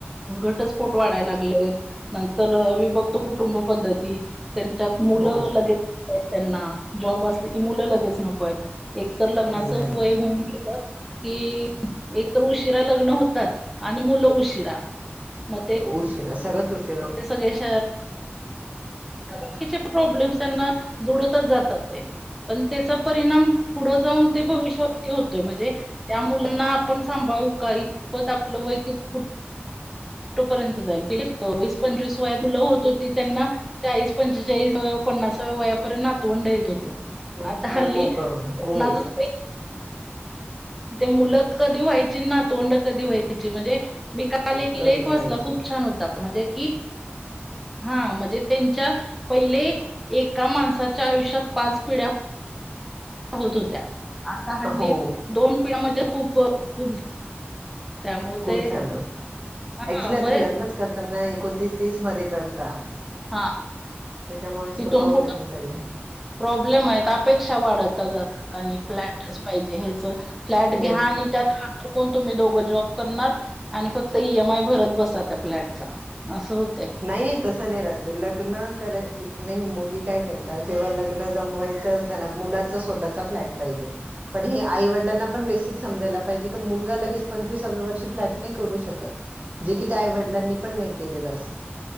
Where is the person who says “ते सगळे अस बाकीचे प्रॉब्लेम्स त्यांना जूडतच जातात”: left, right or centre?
Centre